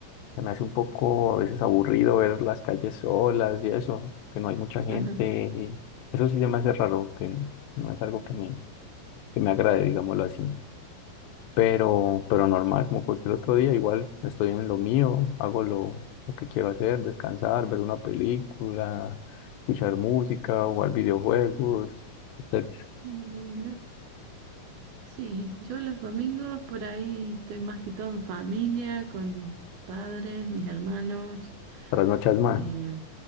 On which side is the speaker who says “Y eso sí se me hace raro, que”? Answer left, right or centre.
Left